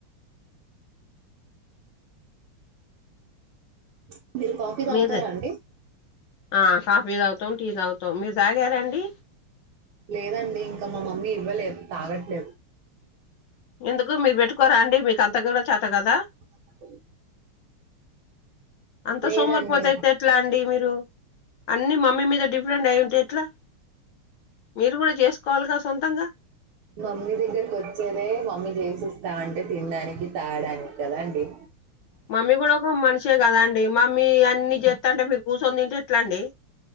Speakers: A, on the right; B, on the left.
A: <unintelligible> మీరు కాఫీ తాగుతారా
B: మీదే
A: అండి
B: ఆ కాఫీ తాగుతాం టీ తాగుతాం తొమ్మిది తాగారండి
A: లేదండి ఇంకా మా మమ్మీ ఇవ్వలేదు తాగట్లేదు
B: ఎందుకు మీరు పెట్టుకోరా అండి మీకు అంత ఆది కూడా చాత కదా
A: అ
B: అంత
A: లేదండి.
B: సోమురిపోతు ఆయితే ఎట్లా అండి మీరు అన్ని మమ్మీ మీద డిఫరెంట్ అయి ఉంటే ఎట్లా మీరు కూడా చేసుకోవాలిగా సొంతంగా
A: మమ్మీ దగ్గరకి వచ్చేదే మమ్మీ చేసిస్త అంటే తినడానికి తాగాడానికి కదా అండి
B: మమ్మీ కూడా ఒక మనిషే కదా అండి మమ్మీ అన్ని చేస్తా అంటే మీరు కూర్చొని తింటే ఎట్లా అండి